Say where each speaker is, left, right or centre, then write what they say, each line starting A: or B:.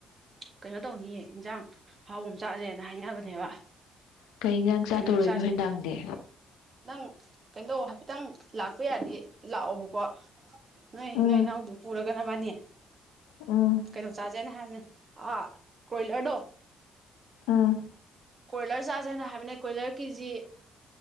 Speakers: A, on the right (about 40°); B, on the left (about 80°).
A: ꯀꯩꯅꯣ ꯇꯧꯅꯤꯌꯦ ꯏꯟꯖꯥꯡ ꯑꯍꯥꯎꯕ ꯑꯃ ꯆꯥꯥꯁꯦꯅ ꯍꯥꯏꯅꯕꯅꯦꯕ
B: ꯀꯩ ꯏꯟꯖꯥꯡ ꯆꯥꯗꯧꯔꯒꯦ
A: ꯀꯩꯅꯣꯝꯃ ꯆꯥꯁꯦ
B: ꯍꯦꯟꯗꯥꯡꯗꯤ
A: ꯍꯥꯏ <unintelligible> ꯅꯪ ꯀꯩꯅꯣ ꯇꯧꯋꯣ ꯍꯥꯏꯐꯦꯠꯇꯪ ꯂꯥꯛꯄ ꯌꯥꯔꯗꯤ ꯂꯥꯛꯑꯣꯕꯀꯣ ꯅꯣꯏ
B: ꯎꯝ
A: ꯅꯣꯏ ꯏꯅꯥꯎꯗꯨ ꯄꯨꯔꯒ ꯅꯕꯥꯅꯤ
B: ꯎꯝ
A: ꯀꯩꯅꯣ ꯆꯥꯖꯦꯅ ꯍꯥꯏꯕꯅꯦ ꯑꯥ ꯀ꯭ꯔꯣꯏꯂꯔꯗꯣ
B: ꯑꯥ
A: ꯀ꯭ꯔꯣꯏꯂꯔ ꯆꯥꯥꯁꯦꯅ ꯍꯥꯏꯕꯅꯦ ꯀꯣꯏꯂꯔ ꯀꯦꯖꯤ